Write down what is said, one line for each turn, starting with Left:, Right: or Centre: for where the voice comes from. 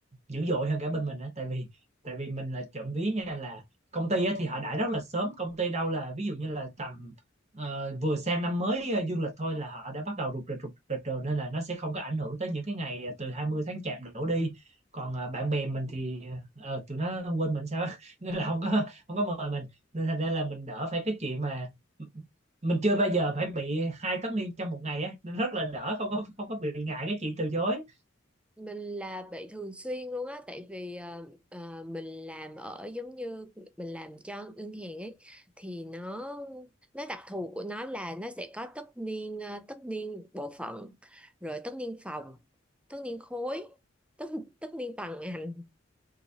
Right: dữ dội hơn cả bên mình á tại vì tại vì mình là trộm ví nha là công ty á thì họ đãi rất là sớm, công ty đâu là ví dụ như là tầm ờ, vừa sang năm mới ờ, dương lịch thôi là họ đã bắt đầu rục rịch rục rịch rồi nên là nó sẽ không có ảnh hưởng tới những cái ngày ờ, từ 20 tháng chạp đổ đi. Còn ờ, bạn bè mình thì ờ, tụi nó quên mình sao á. <laughs> nên là không có không có mời mình nên thành ra là mình đỡ phải cái chuyện mà mình chưa bao giờ phải bị hai tất niên trong một ngày á nên rất là đỡ không có không có bị ngại cái chuyện từ chối
Centre: mình là bị thường xuyên luôn á tại vì ờ, ờ, mình làm ở giống như mình làm cho ngân hàng ấy thì nó nó đặc thù của nó là nó sẽ có tất niên ờ, tất niên bộ phận rồi tất niên phòng tất niên khối tất tất niên toàn ngành